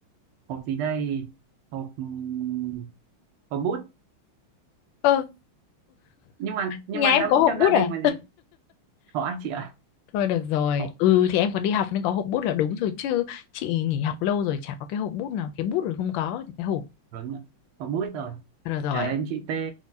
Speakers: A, on the right; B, on the left.
A: hộp gì đây? Hộp, ừm, hộp bút.
B: Ờ,
A: Nhưng mà nhưng
B: nhà
A: mà
B: em
A: nó
B: có
A: cũng
B: hộp
A: trong
B: bút
A: gia đình
B: à?
A: mà gì? Khó chị ạ.
B: thôi được rồi
A: Hộp,
B: ừ thì em còn đi học nên có hộp bút là đúng rồi chứ chị nghỉ học lâu rồi chả có cái hộp bút nào cái bút rồi không có thì cái hộp
A: đúng rồi. Hộp bút rồi.
B: rồi rồi
A: Trả đến chữ T,